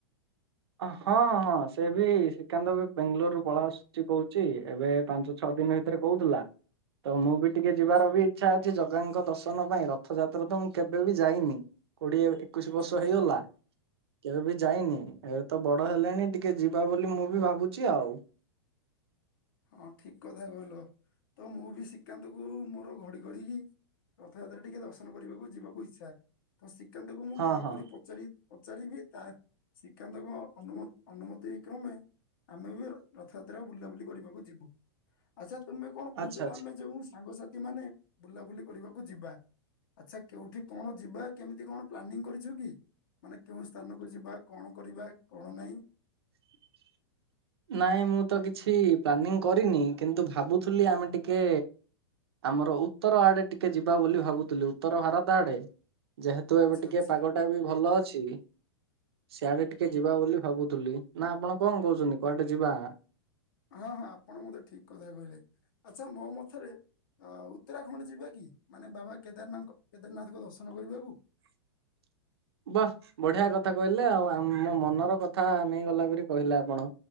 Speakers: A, on the right; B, on the left.
A: ହଁ ହଁ ହଁ ସେ ବି ଶ୍ରୀକାନ୍ତ ବି ବେଙ୍ଗାଲୋରରୁୁ ପଳ ଆସୁଛି କହୁଛି ଏବେ ପାଞ୍ଚ ଛଅ ଦିନ ଭିତରେ କହୁଥିଲା ତ ମୁଁ ବି ଟିକେ ଯିବାର
B: ଆଚ୍ଛା
A: ବି ଇଚ୍ଛା ଅଛି ଜଗାଙ୍କ ଦର୍ଶନ ପାଇଁ ରଥଯାତ୍ରା ତ ମୁଁ କେବେ ବି ଯାଇନି କୋଡିଏ ଏକୋଇଶି
B: ଆଚ୍ଛା
A: ବର୍ଷ
B: ଆଚ୍ଛା
A: ହେଇଗଲା କେବେ ବି ଯାଇନି ଏ ତ ବଡ ହେଲେଣି ଟିକେ ଯିବା ବୋଲି ମୁଁ ବି ଭାବୁଛି ଆଉ।
B: ହଁ ଠିକ କଥା କହିଲ ତ ମୁଁ ବି ଶିିକାନ୍ତ କୁ ମୋର ଘଡି କରିକି ରଥଯାତ୍ରା ଟିକେ ଦର୍ଶନ କରିବାକୁ ଯିବାକୁ ଇଚ୍ଛା ତ ଶ୍ରୀକାନ୍ତଙ୍କୁ ମୁଁ
A: ହଁ
B: କଲ
A: ହଁ
B: କରି ପଚାରି ପଚାର ବିି ତା ଶ୍ରୀକାନ୍ତଙ୍କ ଅନ ଅନୁମତି କ୍ରମେ ଆମେ ବି ରଥଯାତ୍ରା ବୁଲାବୁଲି କରିବାକୁ ଯିବୁ ଆଚ୍ଛା ତୁମେ କଣ କହୁଥିଲ
A: ଆଚ୍ଛା ଆଚ୍ଛା।
B: ଆମେ ଯୋଉ ସାଙ୍ଗସାଥି ମାନେ ବୁଲାବୁଲି କରିବାକୁ ଯିବା ଆଚ୍ଛା କେୋଉଠି କଣ ଯିବା କେମିତି କଣ ପ୍ଲାନିଂ କରିଛୁ କି? ମାନେ କେଉଁ ସ୍ଥାନକୁ ଯିବା କଣ କରିବା କଣ ନାହିଁ?
A: <inaudible> ନାଇଁ ମୁଁ ତ କିଛି ପ୍ଲାନିଂ କରିନି କିନ୍ତୁ ଭାବୁଥିଲି ଆମେ ଟିକେ ଆମର ଉତ୍ତର ଆଡେ ଟିକେ ଯିବା ବୋଲି ଭାବୁଥିଲୁ। ଉତ୍ତର ଭାରତ ଆଡେ। ଯେହେତୁ
B: ଆଚ୍ଛା
A: ଏବେ ଟିକେ
B: ଆଚ୍ଛା।
A: ପାଗଟା ବି ଭଲ ଅଛି। ସିଆଡେ ଟିକେ ଯିବା ବୋଲି ଭାବୁଥିଲି। ନା ଆପଣ କଣ କହୁଛନ୍ତି କୁଆଟେ ଯିବା।
B: ହଁ ହଁ ଆପଣ ମତେ ଠିକ୍ କଥା କହିଲେ। ଆଚ୍ଛା ମୋ ମଥରେ ଅ ଉତ୍ତରାଖଣ୍ଡ ଯିବା କି? ମାନେ ବାବା କେଦାରନାଥ କେଦାରନାଥଙ୍କ ଦର୍ଶନ କରିବାକୁ।
A: <inaudible> ବା ବଢିଆ କଥା କହିଲେ। ଆଉ ମୋ ମନର କଥା ନେଇ ଗଲାପରି କହିଲେ ଆପଣ।